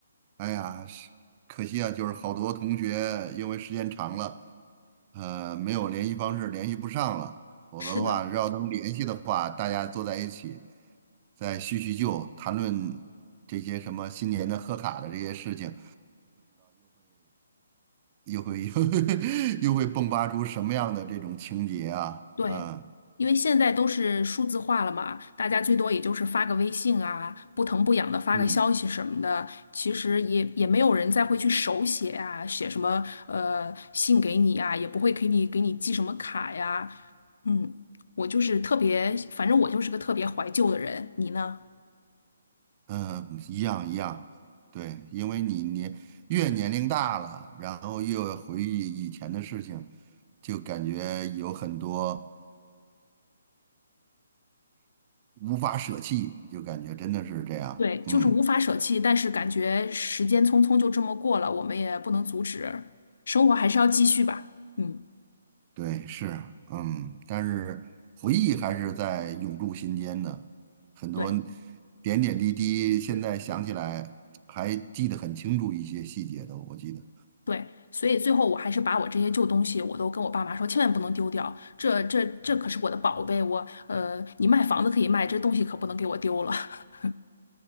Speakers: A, on the right; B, on the left.
A: 哎呀，是可惜啊，就是好多同学因为时间长了，呃，没有联系方式，联系不上了，否则的话，
B: 是的，
A: 要能联系的话，大家坐在一起再叙叙旧，谈论这些什么新年的贺卡的这些事情，又会 <laughs> 又会迸发出什么样的这种情节啊，
B: 对，
A: 啊？
B: 因为现在都是数字化了嘛，大家最多也就是发个微信啊，不疼不痒的发个消息什么的，
A: 嗯，
B: 其实也也没有人再会去手写啊，写什么呃信给你啊，也不会给你给你寄什么卡呀。嗯，我就是特别，反正我就是个特别怀旧的人，你呢？
A: 嗯，一样一样，对，因为你年越年龄大了，然后越回忆以前的事情，就感觉有很多无法舍弃，就感觉真的是这样。
B: 对，
A: 嗯，
B: 就是无法舍弃，但是感觉时间匆匆就这么过了，我们也不能阻止，生活还是要继续吧。嗯，
A: 对，是，嗯，但是回忆还是在永驻心间的，很多
B: 对。
A: 点点滴滴，现在想起来还记得很清楚一些细节的，我记得。
B: 对，所以最后我还是把我这些旧东西，我都跟我爸妈说，千万不能丢掉，这这这可是我的宝贝，我呃，你卖房子可以卖，这东西可不能给我丢了。<laughs>